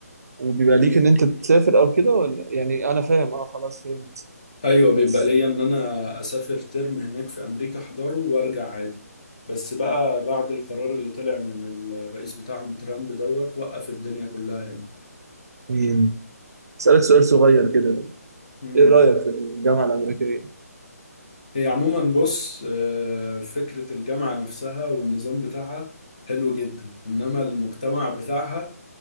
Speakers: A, on the right (about 70°); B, on the left (about 25°).
A: وبيبقى ليك ان انت تسافر او كده ولا يعني انا فاهم اه خلاص فهمت
B: ايوه
A: بس
B: بيبقى ليا ان انا اسافر ترم هناك في امريكا احضره وارجع عادي بس بقى بعد القرار اللي طلع من الرئيس بتاعهم ترامب دوت وقف الدنيا كلها هنا
A: مم. اسالك سؤال صغير كده
B: امم
A: ايه رايك في الجامعه الامريكيه
B: هي عموما بص آه، فكرة الجامعة نفسها والنظام بتاعها حلو جدا انما المجتمع بتاعها